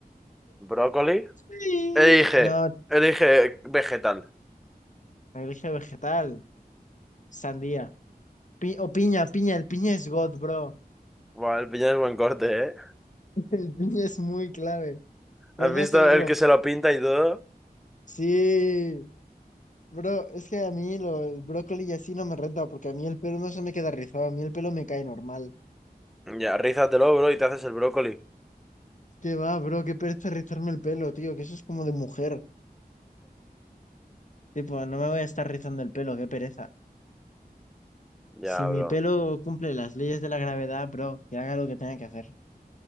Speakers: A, in the centre; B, on the left.
A: ¿Brócoli?
B: Sí.
A: Elige,
B: No,
A: elige vegetal.
B: dije vegetal, sandía. Pi- o piña, piña. El piña es God, bro.
A: Buah, el piñón es buen corte, ¿eh?
B: <laughs> El piña es muy clave. Pero
A: ¿Has
B: no
A: visto
B: sé, bro.
A: el que se lo pinta y todo?
B: Sí. Bro, es que a mí lo- el brócoli y así no me renta, porque a mí el pelo no se me queda rizado, a mí el pelo me cae normal.
A: Ya, rízatelo, bro, y te haces el brócoli.
B: ¿Qué va, bro? Qué pereza rizarme el pelo, tío, que eso es como de mujer. Tipo, no me voy a estar rizando el pelo, qué pereza.
A: Ya,
B: Si mi
A: bro.
B: pelo cumple las leyes de la gravedad, bro, que haga lo que tenga que hacer.